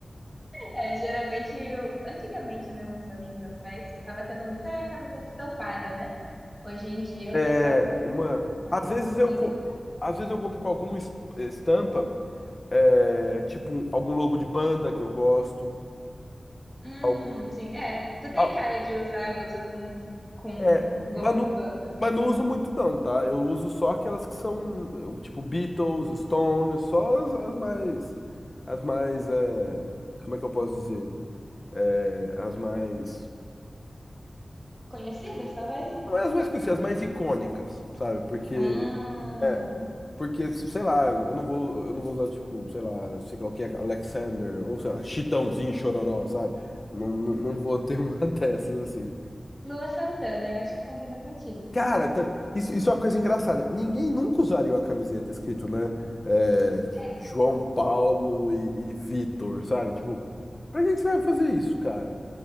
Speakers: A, in the centre; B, on the left.
A: É, geralmente, eu- antigamente, né, uns aninhos atrás, tava tendo muita camiseta estampada, né? Hoje em dia o
B: É,
A: pessoal tá preferindo
B: mano,
A: mais
B: às vezes
A: lisa,
B: eu compro, às vezes eu compro com alguma es- estampa, é, tipo um- algum logo de banda que eu gosto,
A: Hum,
B: algum,
A: sim. É, tu tem
B: ah,
A: cara de usar a blusa com, com
B: é,
A: logo
B: mas não,
A: de banda.
B: mas não uso muito não, tá? Eu uso só aquelas que são, eu, tipo Beatles, Stones, só as, as mais, as mais, é, como é que eu posso dizer? É, as mais.
A: Conhecidas, talvez?
B: Não é as mais conhecidas, as mais icônicas, sabe? Porque.
A: Ah,
B: É. Porque, sei lá, eu não vou, eu não vou usar, tipo, sei lá, sei lá o que é, Alexander, ou sei lá, Chitãozinho, Chororó, sabe? Não, não, não vou ter uma <laughs> dessas assim.
A: Lua Santana, eu acho que combina contigo.
B: Cara, tá- isso, isso é uma coisa engraçada. Ninguém nunca usaria a camiseta escrito, né? é,
A: É,
B: João Paulo e, e Vitor, sabe? Tipo, pra que que você vai fazer isso, cara?